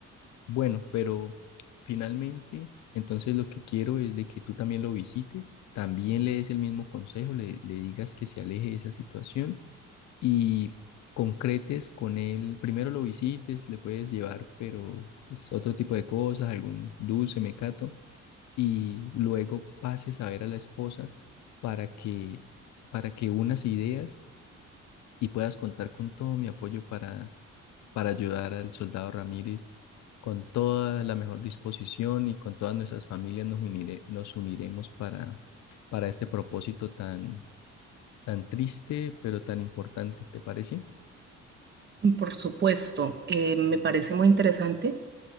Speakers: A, on the left; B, on the right.
A: Bueno, pero finalmente, entonces lo que quiero es de que tú también lo visites, también le des el mismo consejo, le, le digas que se aleje de esa situación y concretes con él. Primero lo visites, le puedes llevar, pero pues, otro tipo de cosas, algún dulce, mecato, y luego pases a ver a la esposa para que, para que unas ideas y puedas contar con todo mi apoyo para para ayudar al soldado Ramírez. Con toda la mejor disposición y con todas nuestras familias nos unire- nos uniremos para, para este propósito tan, tan triste, pero tan importante, ¿te parece?
B: Por supuesto, eh, me parece muy interesante